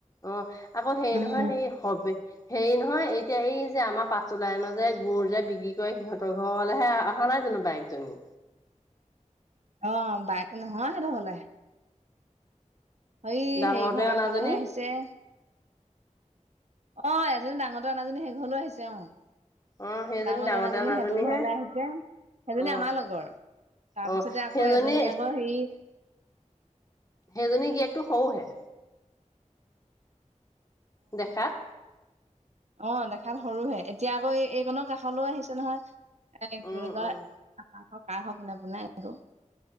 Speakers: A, on the left; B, on the right.
A: অ'আকৌ হেই
B: উম
A: নহয় হেই হ'বে হেৰি নহয় এতিয়া এই যে আমাৰ পাচটো লাইনৰ যে গুৰ যে বিক্ৰী কৰে সিহঁতৰ ঘৰলৈহে আ' অহা নাই জানো বায়েক জনী।
B: অ'বায়েক নহয় সেইটো হ'লে হই
A: ডাঙৰটোৱে
B: হেৰি ঘৰ কাষলেহে
A: অনাজনী
B: আহিছে। অঁ এজনী ডাঙৰ টোৱে অনা জনী সেইঘৰলৈ ও আহিছে অ।
A: অ সেইজনী
B: ডাঙৰ
A: ডাঙৰতে
B: টোৱে অনাজনী
A: অনাজনীহে
B: সেইটো ঘৰলে আহিছে, সেইজনী
A: অ
B: আমাৰ লগৰ। তাৰপিছতে
A: অ
B: আকৌ
A: সেইজনী
B: এজনী আকৌ হেৰি
A: সেই জনী গিৰিয়েক টো সৰু হে দেখাত।
B: অ‌ঁ দেখাত সৰুহে, এতিয়া আকৌ এইকনৰ কাষলেও আহিছে নহয়, এ কি
A: উম
B: কয় কাৰ
A: উম
B: ঘৰ, কাৰ ঘৰৰ পোনে পোনে এইটো